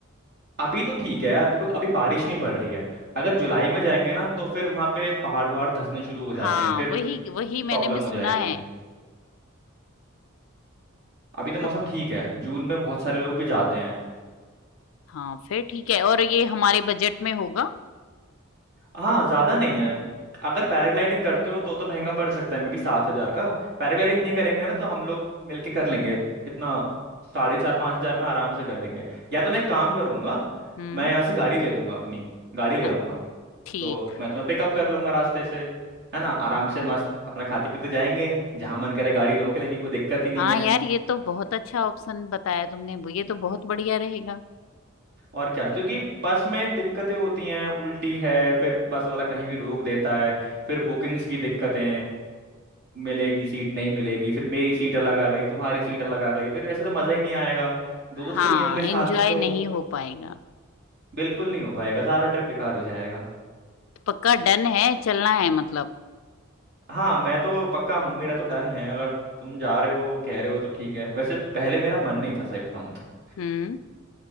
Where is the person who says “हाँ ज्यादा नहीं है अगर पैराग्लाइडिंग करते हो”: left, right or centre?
Right